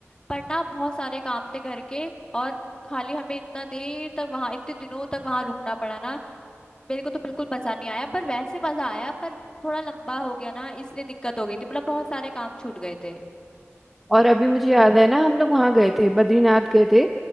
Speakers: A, on the left (about 15°); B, in the centre.
A: पर ना बहुत सारे काम थे घर के और खाली हमें इतना देर तक वहां इतने दिनों तक वहां रुकना पड़ा ना मेरे को तो बिल्कुल मजा नहीं आया पर वैसे मजा आया पर थोड़ा लंबा हो गया ना इसलिए दिक्कत हो गई थी मतलब बहुत सारे काम छूट गए थे
B: और अभी मुझे याद है ना हम लोग वहाँ गए थे बद्रीनाथ गए थे